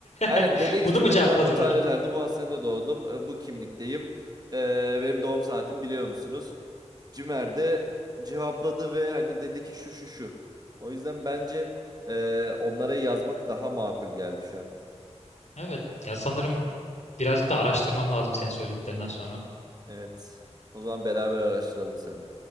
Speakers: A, on the right; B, on the left.
A: aynen
B: <laughs>
A: dedi ki
B: Bunu
A: Cimer'e
B: mu cevapladılar?
A: ben bu tarihlerde bu hastanede doğdum e, bu kimlikteyim. E, benim doğum saatimi biliyor musunuz? Cimer de cevapladı ve hani dedi ki şu şu şu. O yüzden bence e, onlara yazmak daha makul geldi şu an.
B: Evet. Ya sanırım birazcık da araştırmam lazım senin söylediklerinden sonra.
A: Evet. O zaman beraber araştıralım seninle.